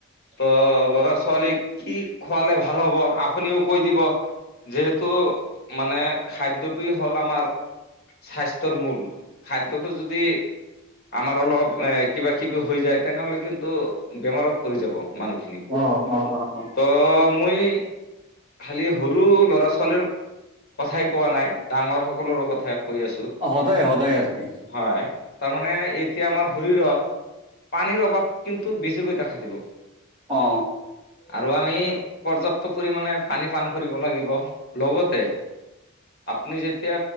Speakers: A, on the left (about 45°); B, on the right (about 20°).
A: ত ল'ৰা ছোৱালী কি খোৱালে ভাল হ'ব আপুনিও কৈ দিব যিহেতু মানে খাদ্য হ'ল আমাৰ স্বাস্থ্যৰ মূল খাদ্যটো যদি আমাৰ অলপ এ কিবা কিবি হৈ যায় তেনেহ'লে কিন্তু বেমাৰত পৰি যাব। মানুহখিনি
B: অঁ অঁ অঁ অঁ
A: ত' মই খালি সৰু ল'ৰা ছোৱালীৰ কথাই কোৱা নাই ডাঙৰ সকলৰে কথাাই কৈ আছো।
B: সদায় সদায় আৰু কি
A: হয়। তাৰমানে এতিয়া আমাৰ শৰীৰত পানীৰ অভাৱ কিন্তু বেছিকৈ দেখা দিব
B: অ
A: আৰু আমি পৰ্যাপ্ত পৰিমাণে পানী পান কৰিব লাগিব। লগতে আপুনি যেতিয়া